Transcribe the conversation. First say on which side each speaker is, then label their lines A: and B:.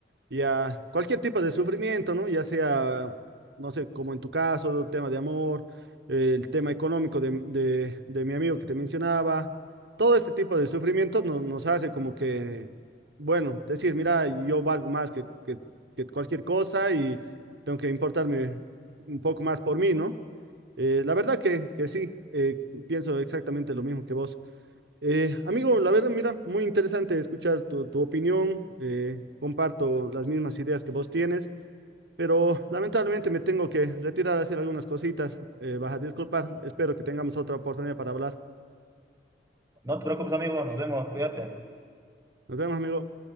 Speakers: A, on the right; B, on the right.
A: Y a cualquier tipo de sufrimiento, ¿no? Ya sea, no sé, como en tu caso, el tema de amor, eh, el tema económico de, de- de mi amigo que te mencionaba, todo este tipo de sufrimientos no- nos hace como que, bueno, decir, mira, yo valgo más que, que que cualquier cosa y tengo que importarme un poco más por mí, ¿no? Eh, la verdad que, que sí, eh, pienso exactamente lo mismo que vos. Eh, amigo, la verdad, mira, muy interesante escuchar tu, tu opinión. eh, comparto las mismas ideas que vos tienes, pero lamentablemente me tengo que retirar a hacer algunas cositas. eh, vas a disculpar. Espero que tengamos otra oportunidad para hablar.
B: No te preocupes, amigo, nos vemos, cuídate.
A: Nos vemos, amigo.